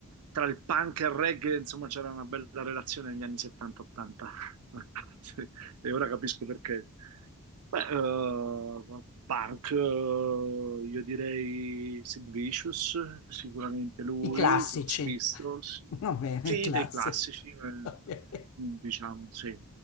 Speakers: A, on the right; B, on the left.
A: tra il punk e il reggae, insomma, c'era una bella relazione negli anni 70-80 <laughs> e ora capisco perché. Beh, eh, punk, eh, io direi Sid Vicious, sicuramente lui,
B: I classici.
A: Sex Pistols,
B: <laughs> Va bene,
A: sì,
B: i classici.
A: dei classici,
B: <laughs>
A: eh,
B: Ok.
A: diciamo, sì.